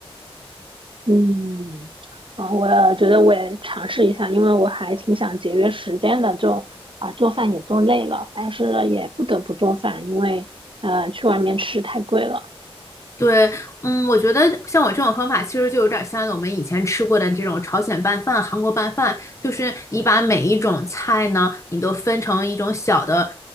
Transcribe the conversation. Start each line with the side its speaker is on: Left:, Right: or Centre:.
Right: 嗯，啊，我觉得我也尝试一下，因为我还挺想节约时间的，就啊做饭也做累了，但是也不得不做饭，因为呃去外面吃太贵了。
Left: 对，嗯，我觉得像我这种方法，其实就有点像我们以前吃过的这种朝鲜拌饭、韩国拌饭，就是你把每一种菜呢，你都分成一种小的